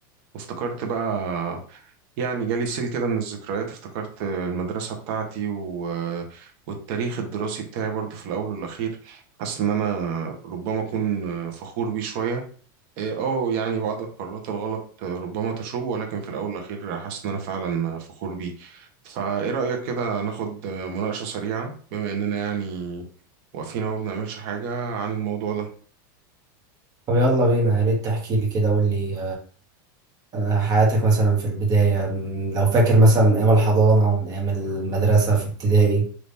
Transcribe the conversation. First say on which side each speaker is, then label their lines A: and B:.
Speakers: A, on the right; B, on the right.
A: وافتكرت بقى يعني جالي سيل كده من الذكريات افتكرت المدرسة بتاعتي و والتاريخ الدراسي بتاعي برضو في الاول والاخير حاسس ان انا ربما اكون فخور بيه شوية إيه، اه يعني بعض القرارات الغلط آه، ربما تشوب ولكن في الاول والاخير حاسس ان انا فعلا فخور بيه فايه رايك كده ناخد آه، مناقشه سريعه بما اننا يعني واقفين اهو ما بنعملش حاجه عن الموضوع ده
B: طب يلا بينا يا ريت تحكي لي كده قول لي آه، حياتك مثلا في البداية من- لو فاكر مثلا من أيام الحضانة من أيام المدرسة في ابتدائي